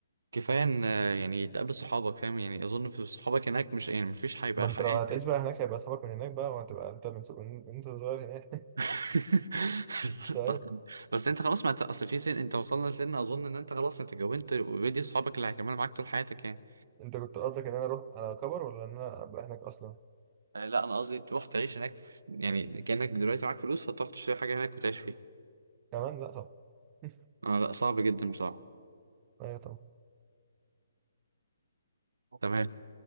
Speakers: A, on the right; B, on the right.
A: كفاية إن آه، يعني تقابل صحابك فاهم يعني أظن في صحابك هناك مش يعني مفيش هيبقى
B: ما أنت
A: حياة
B: لو هتعيش بقى هناك هيبقى أصحابك من هناك بقى وهتبقى أنت من صغ- من أنت صغير هناك
A: <laughs>
B: <laughs> طيب
A: طبعاً. بس أنت خلاص ما أنت أصل في سن أنت وصلنا لسن أظن إن أنت خلاص أنت اتجوزت أوريدي صحابك اللي هيكملوا معاك طول حياتك يعني
B: أنت كنت قصدك إن أنا أروح على كبر ولا إن أنا أبقى هناك أصلا
A: آه، لا انا قصدي تروح تعيش هناك في... يعني كأنك دلوقتي معاك فلوس فتروح تشتري حاجة هناك وتعيش فيها
B: كمان لا طبعا <laughs>
A: آه لا صعب جدا بصراحة
B: أيوة طبعا
A: تمام